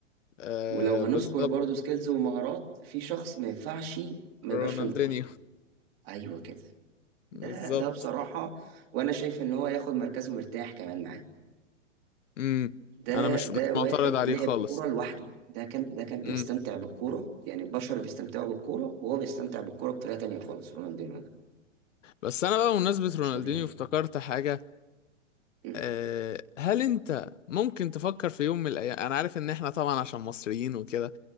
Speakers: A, on the left; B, on the right.
A: آه
B: ولو هنذكر
A: بالظبط
B: برضو سكيلز ومهارات في شخص ما ينفعش ما يبقاش
A: رونالدينيو
B: في النقاش ايوه كده
A: بالظبط
B: ده ده بصراحة وانا شايف ان هو ياخد مركزه مرتاح كمان معاه
A: امم
B: ده
A: انا مش
B: ده
A: مش
B: واحد
A: معترض عليه
B: لعب
A: خالص
B: كورة لوحده ده كان ده كان بيستمتع
A: امم.
B: بالكورة يعني البشر بيستمتعوا بالكورة وهو بيستمتع بالكورة بطريقة تانية خالص رونالدينو ده
A: بس انا بقى بمناسبة
B: مش
A: رونالدينيو
B: طبيعي
A: افتكرت حاجة
B: م-
A: أه هل انت ممكن تفكر في يوم من الايام انا عارف ان احنا طبعا عشان مصريين وكده